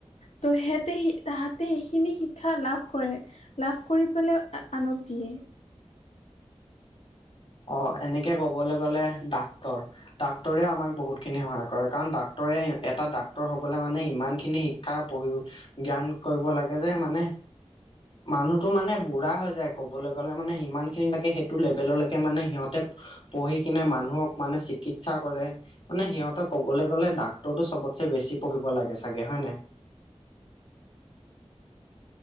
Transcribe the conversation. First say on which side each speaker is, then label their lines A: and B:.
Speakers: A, on the left; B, on the left.
A: ত' সেহেতেঁ, সি তাহাঁতে সেইখিনি শিক্ষা লাভ কৰে। লাভ কৰি পেলাই, আ আনক দিয়ে।
B: অ', এনেকে ক'বলৈ গ'লে ডাক্তৰ ডাক্তৰেও আমাক বহুতখিনি সহায় কৰে, কাৰণ ডাক্তৰে এটা ডাক্তৰ হ'বলৈ মানে ইমানখিনি <unintelligible> পঢ়ি, জ্ঞান কৰিব লাগে যে মানে মানুহতো মানে বুঢ়া হৈ যায় ক'বলৈ গ'লে, মানে ইিমান খিনি লৈকে সেইটো লেৱেলৰলৈকে মানে সিহঁতে পঢ়ি কিনে মানুহক মানে চিকিৎসা কৰে। মানে সিহঁতক ক'বলৈ গ'লে, ডাক্তৰটো চবতচে বেছি পঢ়িব লাগে চাগে, হয় নে নাই?